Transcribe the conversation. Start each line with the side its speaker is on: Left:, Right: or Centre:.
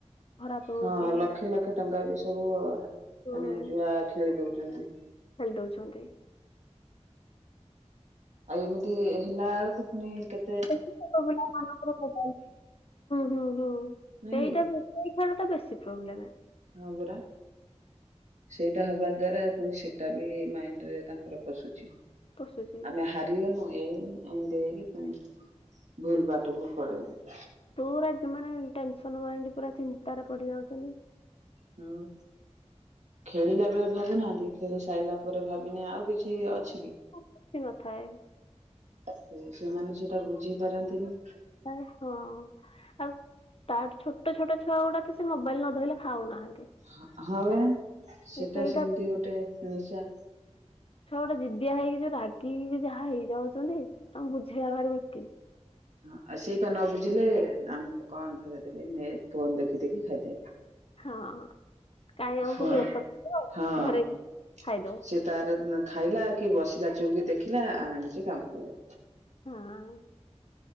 Left: ଖରାପ ହଉଛି
Right: ହଁ ଲକ୍ଷେ ଲକ୍ଷେ ଟଙ୍କା ବି ସବୁ ମାନେ
Left: ହୁଁ,
Right: ଜୁଆ ଖେଳି ଦଉଛନ୍ତି।
Left: ଖେଳି ଦଉଛନ୍ତି।
Right: ଆଉ ଏମିତି ହେଲା ବେଳକୁ ପୁଣି କେ
Left: <unintelligible> ହୁଁ ହୁଁ ହୁଁ
Right: ନାଇଁ
Left: ସେଇଟା
Right: କି
Left: ତ ସେଇ ଖେଳ ଟା ବେଶୀ ପ୍ରୋବ୍ଲେମ୍।
Right: ହଁବରା। ସେଇଟା ହବା ଦ୍ଵାରା ପୁଣି ସେଟା ବି ମାଇଣ୍ଡ ରେ ତାଙ୍କର ପଶୁଛି।
Left: ପଶୁଛି
Right: ଆମ ହାଵ୍ <unintelligible> ଏମିତି ହେଇକି ପୁଣି ଭୁଲ ବାଟକୁ ପଳେଇଲେ।
Left: ପୁରା ତ ମାନେ ଟେନସନ୍ ମାଇଣ୍ଡ ପୁରା ଚିନ୍ତାରେ ପଡ଼ି ଯାଉଛନ୍ତି।
Right: <unintelligible> ଖେଳିଲା ବେଳେ ଭାବୁନାହାନ୍ତି ଖେଳି ସାରିଲା ପରେ ଭାବିନେ ଆଉ କିଛି ଅଛି କି?
Left: କିଛି ନଥାଏ।
Right: ହୁଁ ସେମାନେ ସେଟା ବୁଝି ପାରନ୍ତିନି।
Left: ଆରେ ହଁ ଆଉ ତାଠୁ ଛୋଟ ଛୋଟ ଛୁଆ ଗୁଡ଼ା ତ ସେ ମୋବାଇଲ ନ ଧଇଲେ ଖାଉନାହାନ୍ତି।
Right: ହଁ ହ ବା ସେଟା
Left: ସେଇଟା
Right: ସେମିତି
Left: ତ
Right: ଗୋଟେ ନିଶା।
Left: ଛୁଆ ଗୋଟେ ଜିଦିଆ ହେଇକି ଯୋଉ ରାଗିକି ଯାହା ହେଇଯାଉଛନ୍ତି ତମେ ବୁଝେଇିବା ଭାରି ମୁସ୍କିଲ୍।
Right: ହଁ ଆଉ ସେଇପା ନ ବୁଝିଲେ ଆମେ ତ କଣ ଧରେଇଦେଲେ ନେ ଫୋନ୍ ଦେଖି ଦେଖି ଖାଇଦେ।
Left: ହଁ କାହିଁ ଆମକୁ
Right: ହଁ
Left: ବିରକ୍ତ କରିବ
Right: ହଁ
Left: ଧରେଇକି ଖାଇଦଉ
Right: ସେ ତାର ଖାଇଲା କି ବସିଲା ଚୁପ୍ କି ଦେଖିଲା ଆମେ ହେଉଛି କାମ କଲେ।
Left: <unintelligible>